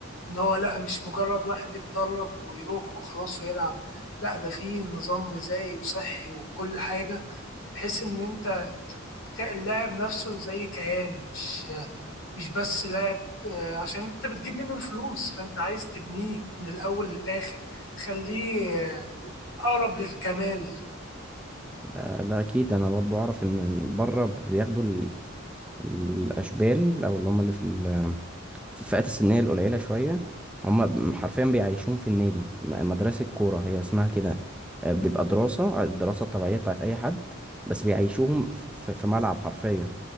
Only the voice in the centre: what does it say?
آه، ده اكيد انا برضو اعرف ان إن بره بياخدوا ال- الاشبال او اللي هم اللي في ال- في الفئات السنيه القليله شويه هم حرفيا بيعيشون في النادي م- مدرسه كوره هي اسمها كده آه، بيبقى دراسه الدراسه الطبيعيه بتاعت اي حد بس بيعيشوهم في في- في ملعب حرفيا